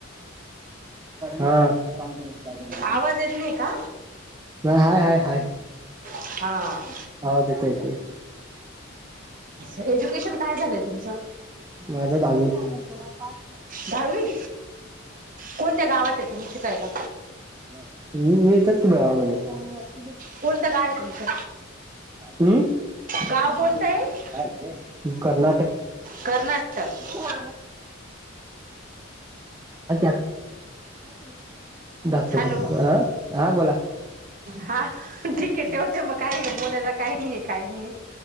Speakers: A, on the right; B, on the right.
A: हा काम करून
B: आवाज येत नाही का
A: नाही हाय हाय हाय
B: हा
A: आवाज येतंय
B: एज्युकेशन काय झालंय तुमचं?
A: माझ दहावी तुला पाच
B: दहावी? कोणत्या गावात ये तुन शिकायला
A: हा येत्यात की गावामध्ये होय होय
B: कोणतं गाव आहे तुमचं
A: हम्म <unintelligible>
B: गाव कोणतं आहे
A: कर्नाटक
B: कर्नाटक
A: हा <unintelligible> <unintelligible> जातो
B: हॅलो
A: जातो अ हा बोला
B: हा ठीक आहे ठेवते मग काय बोलायला काय नाहीय काय नाही आहे.